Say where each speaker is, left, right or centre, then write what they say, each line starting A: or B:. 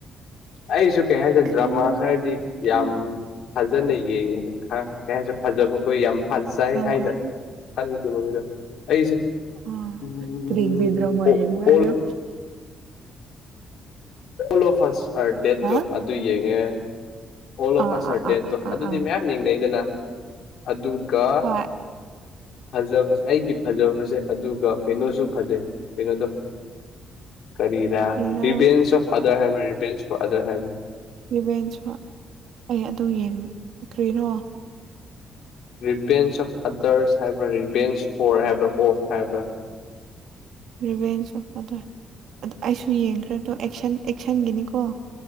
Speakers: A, on the left; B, on the right.
A: ꯑꯩꯁꯨ ꯀꯩ ꯍꯥꯏꯁꯦ
B: ꯀꯔꯝ
A: ꯗ꯭ꯔꯃꯥ ꯈꯔꯗꯤ ꯌꯥꯝ ꯐꯖꯅ ꯌꯦꯡꯉꯦꯗ ꯈꯔ ꯀꯌꯥꯁꯦ ꯐꯖꯕꯈꯣꯏ ꯌꯥꯝ ꯐꯟꯖꯥꯏ ꯍꯥꯏꯅ
B: ꯀꯔꯝ
A: ꯈꯟꯈꯤꯕ ꯃꯤꯗꯣ ꯑꯩꯁꯦ
B: ꯑ
A: ꯎꯝ
B: ꯇꯔꯤꯒꯕꯤꯗ꯭ꯔꯣ ꯃꯥ
A: ꯑꯣ
B: ꯀꯥꯏꯗꯣ
A: ꯑꯣꯜ ꯂꯣ ꯐ ꯗꯦꯠꯇꯣ
B: ꯍꯥ
A: ꯑꯗꯨ ꯌꯦꯡꯉꯦ ꯑꯣꯂꯣꯄꯥ
B: ꯑꯥ
A: ꯁꯔ
B: ꯑꯥ
A: ꯗꯦꯠꯇꯣ
B: ꯑꯥ ꯑꯥ ꯑꯥ
A: ꯑꯗꯨꯗꯤ
B: ꯑꯥ
A: ꯃꯌꯥꯝ ꯌꯦꯡꯅꯩꯗꯅ ꯑꯗꯨꯒ
B: ꯍꯣꯏ
A: ꯐꯖꯕꯁ ꯑꯩꯒꯤ ꯐꯖꯕꯁꯦ ꯑꯗꯨꯒ ꯀꯩꯅꯣꯁꯨ ꯐꯖꯩ ꯀꯩꯅꯣꯗꯣ
B: <inaudible>
A: ꯀꯔꯤꯔ
B: ꯀ꯭ꯔꯤꯔꯥ
A: ꯔꯤꯚꯦꯟꯁ ꯑꯣ ꯑꯗꯔ ꯍꯥꯏꯕ ꯔꯤꯚꯦꯟꯁ ꯐꯣꯔ ꯑꯗꯔ ꯍꯥꯏꯕ
B: ꯚꯦꯟꯁꯨ ꯑꯩ ꯑꯗꯨ ꯌꯦꯡꯈ꯭ꯔꯤꯅꯣ
A: ꯔꯤꯚꯁꯑꯣꯐ ꯑꯗꯔꯁ ꯍꯥꯏꯕ꯭ꯔ ꯔꯤꯚꯦꯟꯁ ꯐ ꯍꯥꯏꯕ꯭ꯔ ꯑꯣꯐ ꯍꯥꯏꯕ꯭ꯔꯥ
B: ꯔꯤꯚꯁ ꯑꫭꯐ ꯑꯗꯁ ꯑꯗꯨ ꯑꯩꯁꯨ ꯌꯦꯡꯈ꯭ꯔꯗꯣ ꯑꯦꯛꯁꯟꯒꯤꯅꯤꯀꯣ